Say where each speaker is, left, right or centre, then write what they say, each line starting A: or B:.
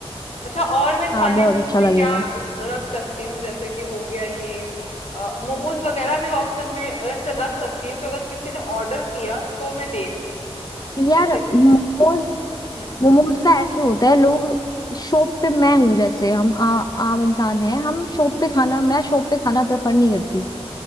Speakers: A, on the left; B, on the left.
A: अच्छा और मैं खाने
B: हाँ बहुत
A: में
B: अच्छा
A: उसमें
B: लगेगा
A: क्या रख सकती हूँ जैसे कि हो गया ये मोमोज वगैरह भी ऑप्शन में ऐसे रख सकती हूँ कि अगर किसी ने ऑर्डर किया तो मैं दे रही हूँ
B: यार
A: ऐसे मैं
B: मोमोज
A: हम्म
B: मोमोज का ऐसे होता है लोग शॉप पे मैं हूँ जैसे हम आ, आम इंसान हैं हम शॉप पे
A: ठीक
B: खाना
A: है
B: मैं शॉप पे खाना प्रेफर नहीं करती